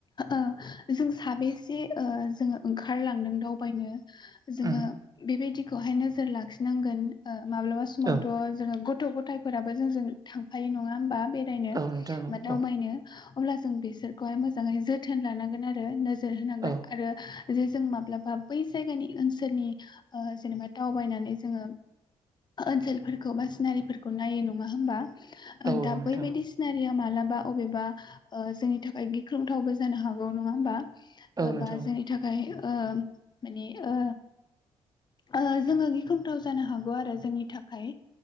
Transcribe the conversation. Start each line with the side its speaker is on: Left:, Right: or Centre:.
Left: ओ जों साबैसे ओ जोंङो ओंखारलांदों दावबायनो जोङो
Right: उम
Left: बेबायदिखौहाय नोजोर लाखिनांगोन माब्लाबा समावथ
Right: औ
Left: जोङो गथ गथायफोराबो जोंजों थांफायो नङा होमबा बेरायनो
Right: औ नोंथां
Left: दावबायनो
Right: औ
Left: अब्ला जोंङो बेफोरखौहाय जोथोन लानांगोन‌ आरो जाय नोजोर होनांगोन
Right: औ
Left: आरो जे जों माब्लाबा बै जायगानि ओनसोलनि जेनेबा दावबायनानै जोङो ओनसोलफोरखौ बा सिनारिफोरखौ नायो नङा होमबा
Right: औ
Left: दा
Right: नोंथां
Left: बै बायदि सिनारिया मालाबा बा बबेबा जोंनि थाखाय गिख्रंथावबो जानो हागौ नङा होमबा
Right: औ नोंथां
Left: बा जोंनि थाखाय ओ माने ओ ओ जोङो गिख्रंथाव जानो हागौ आरो जोंनि थाखाय